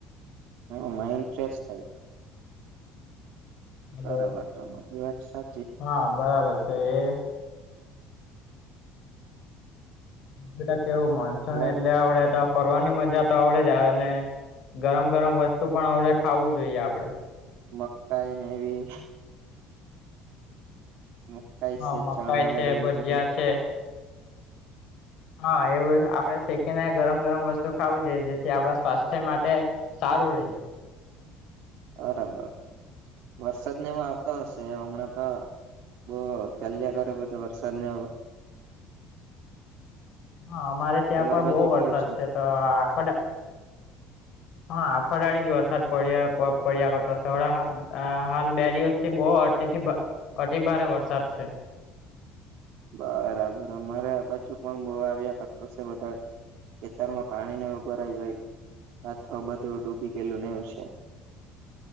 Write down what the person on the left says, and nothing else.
હલો.
હા બરાબર છે એ બેટા કેવું મોનસૂન
એટલે આવડે તો ફરવાની મજા તો આવડે જ આવે ને ગરમ ગરમ વસ્તુ પણ આવડે ખાવું જોઈએ આપડે
હા
મકાઈ
છે,
ભજીયા
છે, હા એવું આપડે સેકી ને ગરમ ગરમ વસ્તુ ખાવું જોઈએ જેથી આપણા સ્વાસ્થ્ય માટે સારું રે.
હા અમારે ત્યાં
પણ
બહુ વરસાદ
છે તો આખોદા હા આખો જ દાડી વરસાદ પડ્યા પ પડ્યા કરતા હમળા હ આ હાલ બે દિવસથી બૌ અતિથી અતિભારે વરસાદ છે.